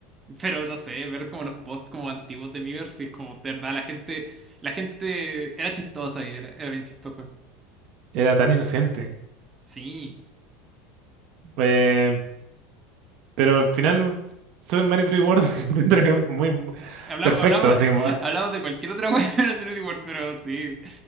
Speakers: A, on the right; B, on the right.
A: Pero no sé, ver como los posts como antiguos de Miiverse, si es como, de verdad, la gente, la gente era chistosa y era, era bien chistosa.
B: era tan inocente.
A: Sí.
B: Eh, pero al final, Super Mario 3D World <laughs> encuentro que es muy bu-
A: Hablamos,
B: perfecto,
A: hablamos,
B: así
A: de,
B: como...
A: <laughs> hablamos de cualquier otra cosa, <laughs> pero sí,